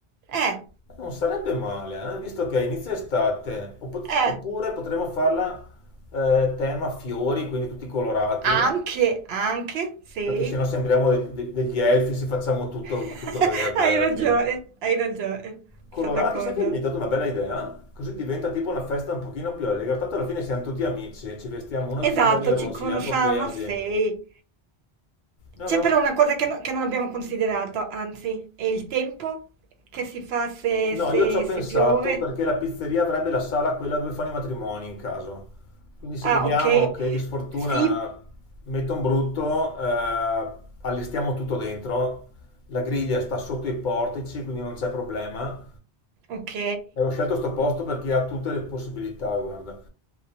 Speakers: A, on the right; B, on the left.
A: Eh,
B: Eh, Non sarebbe male, eh, visto che è inizio estate. O pot-
A: eh,
B: Oppure potremmo farla eh, tema fiori, quindi tutti colorati,
A: anche, anche, sì.
B: perché sennò sembriamo de- de- degli elfi se facciamo tutto,
A: <laughs>
B: tutto verde
A: Hai
B: alla
A: ragione,
B: fine.
A: hai ragione,
B: Colorati,
A: sono d'accordo.
B: sai che mi hai dato una bella idea? Così diventa tipo una festa un pochino più allegra. Tanto alla fine siamo tutti amici, ci vestiamo uno
A: Esatto,
B: i pantaloni rossi,
A: ci conosciamo,
B: gli altri verdi.
A: sì.
B: No,
A: C'è
B: no,
A: però una cosa che, no- che non abbiamo considerato, anzi, è il tempo che si fa se,
B: No,
A: se-
B: io ci ho pensato
A: se piove.
B: perché la pizzeria avrebbe la sala quella dove fanno i matrimoni in caso. Quindi se
A: Ah,
B: vediamo
A: ok.
B: che di sfortuna
A: Sì,
B: metto un brutto, eh, allestiamo tutto dentro. La griglia sta sotto i portici, quindi non c'è problema.
A: ok.
B: E ho scelto sto posto perché ha tutte le possibilità, guarda.